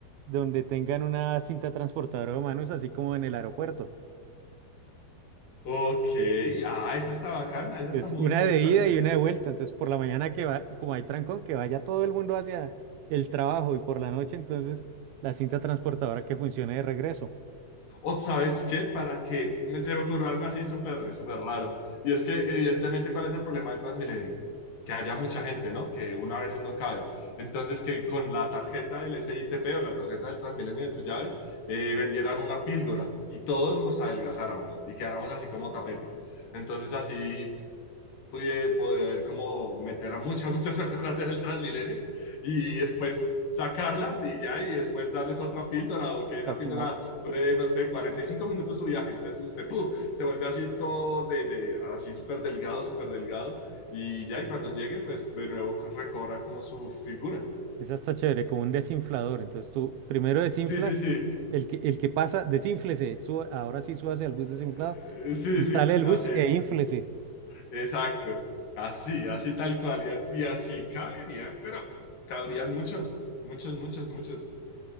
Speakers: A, on the right; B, on the left.
A: donde tengan una cinta transportadora de manos, así como en el aeropuerto.
B: Ok, ah, esa está bacana, esa está
A: Es
B: muy
A: una
B: interesante.
A: de ida y una de vuelta. Entonces, por la mañana que va, como hay trancón, que vaya todo el mundo hacia el trabajo y por la noche, entonces la cinta transportadora que funcione de regreso. O
B: O sabes qué, para que me se me ocurrió algo así súper súper raro. Y es que evidentemente cuál es el problema del Transmilenio, que haya mucha gente, ¿no? Que una a veces no cabe. Entonces que con la tarjeta del SITP o la tarjeta del Transmilenio de tu llave eh, vendieran una píldora y todos nos adelgazáramos y quedáramos así como tapete. Entonces así pude poder como meter a muchas, <laughs> muchas personas en el Transmilenio y después sacarlas y ya, y después darles otra píldora o que esa
A: sea,
B: píldora
A: como
B: dure, no sé, 45 minutos su viaje. Entonces usted ¡puf! se vuelve así todo de, de así súper delgado, súper delgado y ya, y cuando llegue, pues de nuevo recobra como su figura.
A: es hasta chévere, como un desinflador. Entonces, tú primero desinflas,
B: Sí, sí, sí.
A: el que, el que pasa, desínflese, suba- ahora sí súbase al bus desinflado
B: Eh, sí,
A: y
B: sí,
A: sale el
B: así,
A: bus e ínflese.
B: exacto. Así, así tal cual, y, y así caerían, pero cabrían mucho, muchos, muchos, muchos.